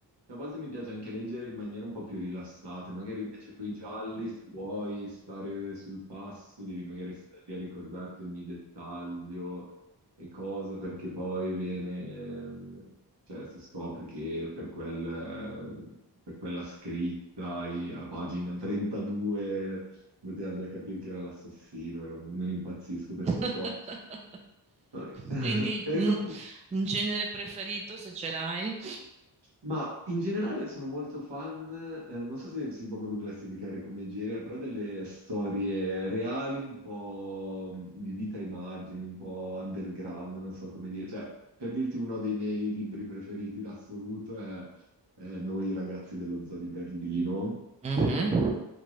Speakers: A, on the right; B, on the right.
A: a volte mi piace anche leggere in maniera un po' più rilassata, magari invece con i gialli, se vuoi stare sul passo, devi magari stare lì a ricordarti ogni dettaglio e cosa, perché poi viene, ehm, cioè, si scopre che per quel, eh, per quella scritta i- a pagina 32 poteva già capire chi era l'assassino, io non impazzisco per
B: <laughs>
A: sta cosa. Eh, <laughs>
B: Quindi
A: e
B: un,
A: so-
B: un genere preferito se ce l'hai.
A: Ma in generale sono molto fan, eh, non so se si può proprio classificare come genere, però delle storie reali, un po' di vita ai margini, un po' underground, non so come dire. Cioè, per dirti uno dei miei libri preferiti in assoluto è, è Noi ragazzi dello zoo di Berlino,
B: Mhm.
A: eh,